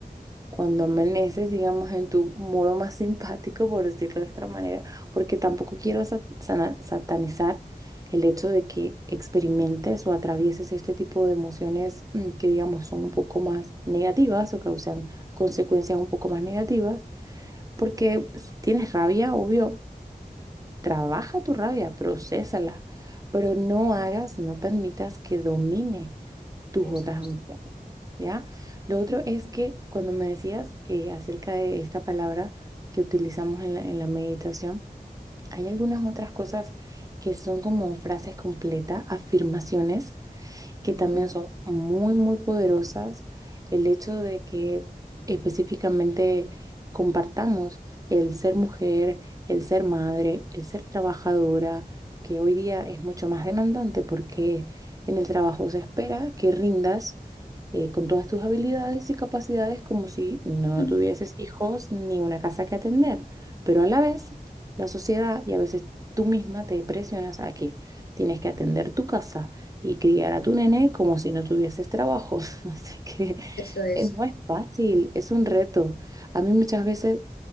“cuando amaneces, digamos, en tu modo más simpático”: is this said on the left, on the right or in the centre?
Right